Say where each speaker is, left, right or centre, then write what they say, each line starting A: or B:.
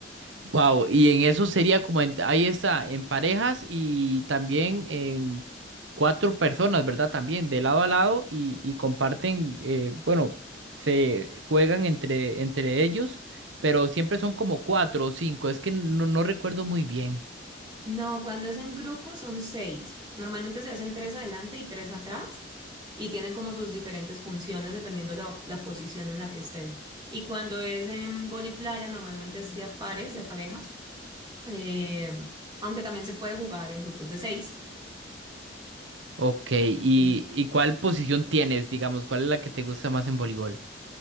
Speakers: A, on the right; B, on the right.
A: Wow, y en eso sería como, en- ahí está, en parejas y también en cuatro personas, ¿verdad? También de lado a lado y, y comparten, eh, bueno, se juegan entre, entre ellos, pero siempre son como cuatro o cinco, es que no, no recuerdo muy bien.
B: No, cuando es en grupo son seis. Normalmente se hacen tres adelante y tres atrás y tienen como sus diferentes funciones dependiendo la, la posición en la que estén. Y cuando es en vóley playa normalmente es de a pares, de a parejas, eh, aunque también se puede jugar en grupos de seis.
A: Ok, ¿y,
B: Así.
A: y cuál posición tienes, digamos? ¿Cuál es la que te gusta más en voleibol?